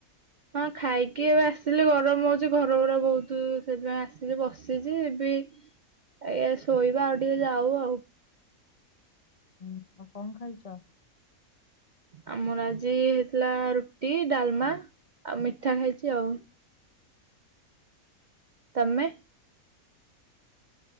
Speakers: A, on the right; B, on the left.
A: ହଁ ଖାଇକି ଏବେ ଆସିଲି, ଗରମ ହଉଛି ଘର ପୁରା ବହୁତୁ ସେଥିପାଇଁ ଆସିଛି ବସିଛି ଏବେ ଆଜ୍ଞା ଶୋଇବା ଆଉ ଟିକେ ଯାଉ ଆଉ।
B: ହୁଁ, ଆଉ କଣ ଖାଇଛ?
A: ଆମର ଆଜି ହେଇଥିଲା ରୁଟି, ଡାଲମା ଆଉ ମିଠା ଖାଇଛି ଆଉ। ତୋମେ?